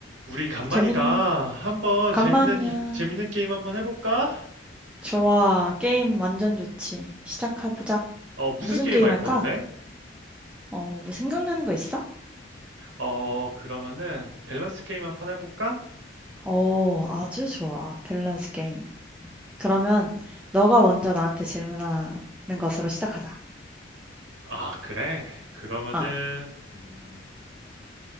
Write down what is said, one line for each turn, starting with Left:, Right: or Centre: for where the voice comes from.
Right: 우리 간만이다.
Centre: 재민,
Right: 한번
Centre: 간만이야.
Right: 재밌는, 이- 재밌는 게임 한번 해볼까?
Centre: 좋아. 게임 완전 좋지. 시작해보자.
Right: 어, 무슨
Centre: 무슨
Right: 게임
Centre: 게임
Right: 할
Centre: 할까?
Right: 건데?
Centre: 어, 뭐 생각나는 거 있어?
Right: 어, 그러면은, 밸런스 게임 한 판 해볼까?
Centre: 어, 아주 좋아. 밸런스 게임. 그러면 너가 먼저 나한테 질문하는 것으로 시작하자.
Right: 아, 그래. 그러면은,
Centre: 아,
Right: 음,